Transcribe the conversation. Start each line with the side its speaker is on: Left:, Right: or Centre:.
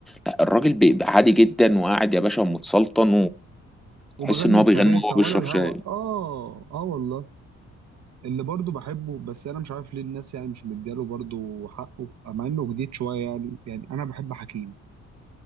Centre: لا الراجل بيبقى عادي جدا وقاعد يا باشا متسلطن
Right: وبغني
Centre: وتحس ان هو
Right: بسلاسه
Centre: بيغني وهو بيشرب
Right: ولا الهوى
Centre: شاي
Right: اه اه والله اللي برضه بحبه بس انا مش عارف ليه الناس يعني مش مدياله برضه حقه مع انه جديد شويه يعني يعني انا بحب حكيم